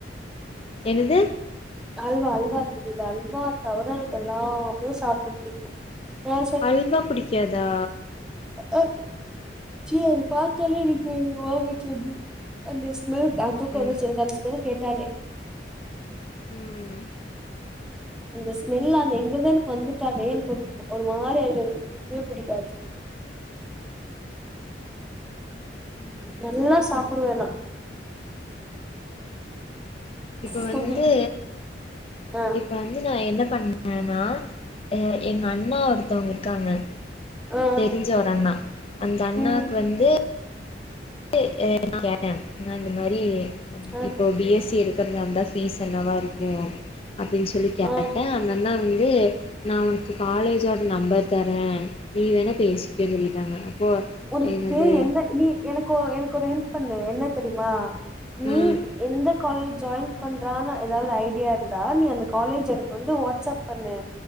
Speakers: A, on the left; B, in the centre.
A: என்னது
B: அல்வா அல்வா தெரியுல அல்வா தவற எனக்கு எல்லாமே சாப்ட புடிக்கூ <unintelligible> அ
A: அல்வா பிடிக்காதா
B: அ ச்சீ அது பாத்தாலே எனக்கு வாமிட் வந்துரு அந்த ஸ்மெல் அ தூக்கொ
A: ம்
B: வந்துருச்சி எனக்கு அந்த ஸ்மெல் கேட்டாலே
A: ம்
B: அந்த ஸ்மெல்லு அந்த எங்கதா எனக்கு வந்துட்டாலே எனக்கு ஒரு மாதிரி ஆயிரு எனக்கு புடிக்கவே புடிக்காது
A: ம்
B: நல்லா சாப்புடுவே நா
A: இப்ப
B: ஃபுடி
A: வந்து
B: ஆ
A: இப்ப வந்து நா என்ன பண்ணன்னா ஆ எங்க அண்ணா ஒருத்தவுங்க இருக்காங்க
B: ஆ
A: தெரிஞ்ச ஒரு அண்ணா அந்த அண்ணாக்கு
B: ம்
A: வந்து <inaudible> கேட்ட ண்ணா இந்த மாரி
B: ஆ
A: இப்போ பி எஸ் சி எடுக்கறதா இருந்தா ஃபீஸ் என்னவா இருக்கூ அப்டின்னு சொல்லி கேட்டேன்
B: ஆ
A: அந்தண்ணா வந்து நா ஒனக்கு காலேஜோட நம்பர் தரேன் நீ வேணா பேசிக்கன்னு சொல்லிட்டாங்க அப்போ
B: உனுக்கு
A: என்னது
B: என்ன நீ எனக்கோ எனக்கொரு ஹெல்ப் பண்ணு என்ன தெரியுமா நீ
A: ம்
B: எந்த காலேஜ் ஜாயின் பண்றான்னு எதாவ்து ஐடியா இருந்தா நீ அந்த காலேஜ் எனக்கு வந்து வாட்ஸ்அப் பண்ணு